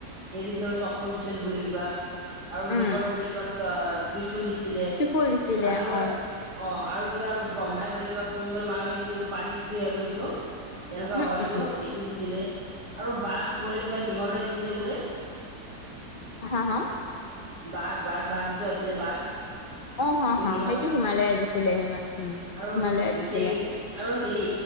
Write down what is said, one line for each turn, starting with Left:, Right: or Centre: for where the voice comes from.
Right: হেৰি দিছিলে চক্ৰ দিছিল বোলে কিবা। আৰু শিৱই
Left: উম
Right: বোলে কিবা ত্ৰিশুল দিছিলে
Left: ত্ৰিশূল দিছিলে
Right: আৰু
Left: অ
Right: কিবা অ আৰু কিবা ব্ৰহ্মাই বোলে কিবা কুণ্ডল মাৰা নে কি পানী যিটোৱে আৰু এইটো তেনেকুৱা
Left: উম
Right: হয়তো
Left: উম উম
Right: সেইটো দিছিলে আৰু বাঘ বোলে কিবা হিমালয় দিছিলে বোলে।
Left: হা হা
Right: বাঘ বাঘ বাঘ যিটো আছিলে বাঘ
Left: অ হা
Right: এইটো
Left: হা
Right: হিমাল
Left: সেইটো হিমালয়ে দিছিলে হিমা উম
Right: আৰু
Left: হিমালয়ে
Right: বিশেষ
Left: দিছিলে
Right: আৰু হেৰি